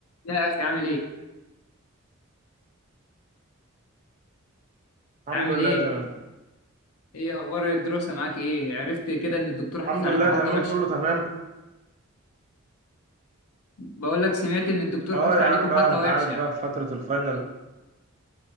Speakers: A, on the left; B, on the right.
A: يا اخي عامل ايه
B: الحمد
A: عامل
B: لله
A: ايه
B: تمام
A: ايه اخبار الدراسه معاك ايه عرفت كده ان الدكتور حاطط
B: الحمد
A: عليكم
B: لله
A: حطه
B: تمام
A: وحشه
B: كله تمام
A: بقول لك سمعت ان الدكتور
B: اه
A: حاطط
B: يا
A: عليكم
B: عم بقى
A: حطه
B: انت
A: وحشه
B: عارف بقى في فترة الفاينل